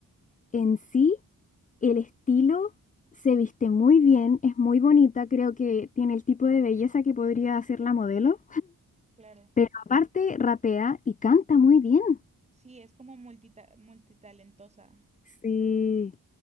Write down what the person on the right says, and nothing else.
Claro.
Sí, es como multita multitalentosa.